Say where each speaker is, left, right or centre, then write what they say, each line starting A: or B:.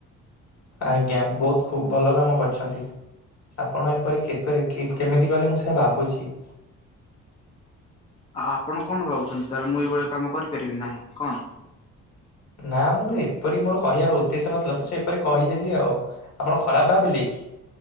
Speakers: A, on the left (about 60°); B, on the left (about 20°).
A: ଆଜ୍ଞା ବହୁତ ଖୁବ ଭଲ କାମ କରିଛନ୍ତି ଆପଣ ଏପରି କେ କେମିତି ଗଲେ ମୁଁ ସେଇଆ ଭାବୁଛି।
B: ଆଉ ଆପଣ କଣ ଭାବୁଛନ୍ତି ତାହେଲେ ମୁଁ ଏଇଭଳିଆ କାମ କରିପାରିବି ନାହିଁ କଣ?
A: ନା ମୁଁ ଏପରି ମୋର କହିବାର ଉଦ୍ଦେଶ୍ୟ ନଥିଲା ପଛେ ଏପରି କହିଦେଲି ଆଉ ଆପଣ ଖରାପ ଭାବିଲେ କି?